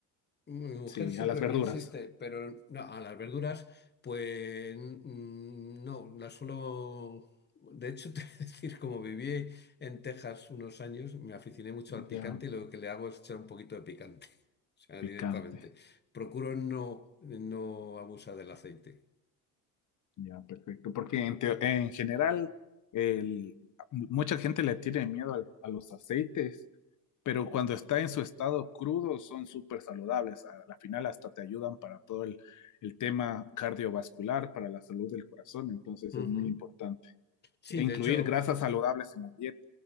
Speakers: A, on the left (about 25°); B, on the left (about 45°).
A: Mi mujer
B: Sí,
A: siempre
B: a las verduras.
A: me insiste, pero no, a las verduras, pues mm, no, las suelo... De hecho, <laughs> te voy a decir, como viví en Texas unos años, me aficioné mucho al picante
B: Ya.
A: y lo que le hago es echar un poquito de picante, <laughs> o sea,
B: Picante.
A: directamente. Procuro no, no abusar del aceite.
B: Ya, perfecto. Porque en, teo- en general, el, mucha gente le tiene miedo al- a los aceites, pero cuando está en su estado crudo son súper saludables. A la final hasta te ayudan para todo el, el tema cardiovascular, para la salud del corazón. Entonces
A: Ujú.
B: es muy importante.
A: Sí,
B: E incluir
A: de hecho,
B: grasas saludables en la dieta.